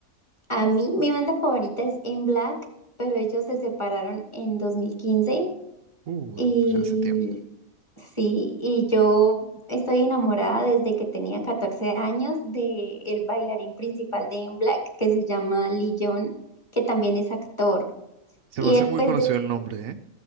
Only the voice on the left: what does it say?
A mí, mi banda favorita es En Black, pero ellos se separaron en 2015
y
sí, y yo estoy enamorada desde que tenía 14 años de el bailarín principal de En Black que se llama Lee Young, que también es actor.
Y
él
pues
decidió,